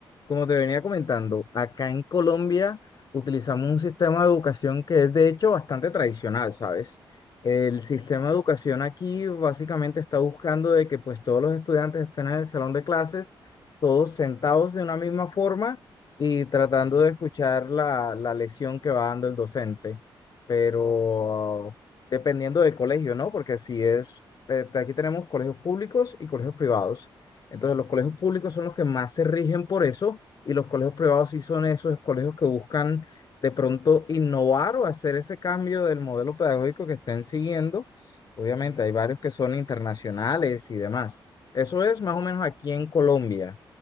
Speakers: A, on the left; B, on the left.
A: Como te venía comentando, acá en Colombia utilizamos un sistema de educación que es de hecho bastante tradicional, ¿sabes? El
B: Ok,
A: sistema de educación aquí básicamente está buscando de que pues todos los estudiantes estén en el salón de clases, todos sentados de una misma forma y tratando
B: ok,
A: de escuchar la, la lección que va dando el docente. Pero
B: ok,
A: dependiendo del colegio, ¿no? Porque si es, eh, aquí tenemos colegios públicos y colegios privados. Entonces
B: claro.
A: los colegios públicos son los que más se rigen por eso y los colegios privados sí son esos colegios que buscan de pronto innovar o hacer ese cambio del modelo pedagógico que estén siguiendo. Obviamente
B: Sí.
A: hay varios que son internacionales y demás. Eso es más
B: Ah,
A: o menos aquí en Colombia.